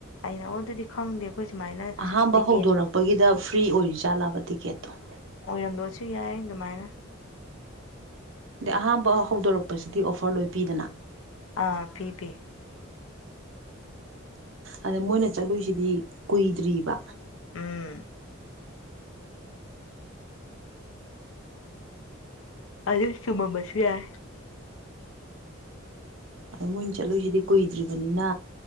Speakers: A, on the left; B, on the right.
A: ꯑꯩꯅ ꯑꯣ ꯑꯗꯨꯗꯤ ꯈꯪꯗꯦ ꯑꯈꯣꯏ ꯁꯨꯃꯥꯏꯅ
B: ꯑꯍꯥꯝꯕ
A: ꯇꯤꯀꯦꯠ
B: ꯍꯧꯗꯣꯔꯛꯄꯒꯤꯗ ꯐ꯭ꯔꯤ ꯑꯣꯏꯔꯤꯖꯥꯠꯂꯥꯕ ꯇꯤꯛꯀꯦꯠꯇꯣ
A: ꯑꯣꯏꯔꯝꯕꯁꯨ ꯌꯥꯏ ꯑꯗꯨꯃꯥꯏꯅ
B: ꯑꯗꯗꯤ ꯑꯍꯥꯥꯟꯕ ꯍꯧꯗꯣꯔꯛꯄꯁꯤꯗꯤ ꯑꯣꯐꯔ ꯂꯣꯏ ꯄꯤꯗꯅ꯫
A: ꯑꯥ ꯄꯤ ꯄꯤ
B: ꯑꯗ ꯃꯣꯏꯅ ꯆꯠꯂꯨꯁꯤꯗꯤ ꯀꯨꯏꯗ꯭ꯔꯤꯕ
A: ꯎꯝ ꯑꯗꯨ ꯆꯨꯝꯃꯝꯕꯁꯨ ꯌꯥꯏ
B: ꯑꯗꯣ ꯃꯣꯏꯅ ꯆꯠꯂꯨꯁꯤꯗꯤ ꯀꯨꯏꯗ꯭ꯔꯤꯕꯅꯤꯅ